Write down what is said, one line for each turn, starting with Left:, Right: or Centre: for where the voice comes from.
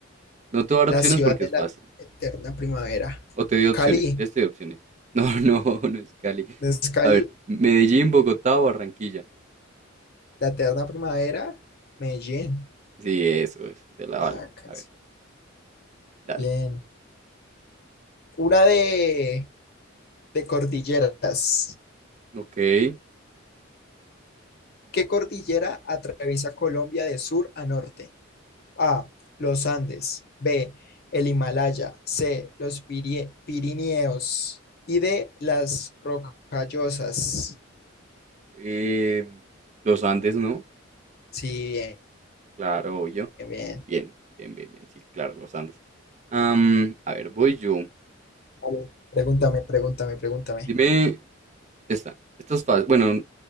Right: No te voy a dar
Left: La
Right: opciones
Left: ciudad
Right: porque
Left: de
Right: es
Left: la
Right: fácil.
Left: eterna primavera.
Right: O te doy opciones,
Left: Cali,
Right: si quieres te doy opciones. No, <laughs> no, no es Cali.
Left: ¿no es Cali?
Right: A ver, Medellín, Bogotá o Barranquilla.
Left: La eterna primavera, Medellín.
Right: Sí, eso, eso, te la valgo.
Left: Ah, casi.
Right: A ver, dale.
Left: Bien. Una de, de cordilleras.
Right: Ok.
Left: ¿Qué cordillera atraviesa Colombia de sur a norte? A. Los Andes. B. El Himalaya. C. Los Pirie- Pirineos. Y D. Las Rocallosas.
Right: em, los Andes, ¿no?
Left: Sí,
Right: Claro, yo.
Left: bien, bien.
Right: Bien,
Left: bien.
Right: bien, bien, bien. Sí, claro, los Andes. Am, a ver, voy yo.
Left: Vale, Pregúntame, pregúntame, pregúntame.
Right: Dime, esta, esta es fácil. Bueno,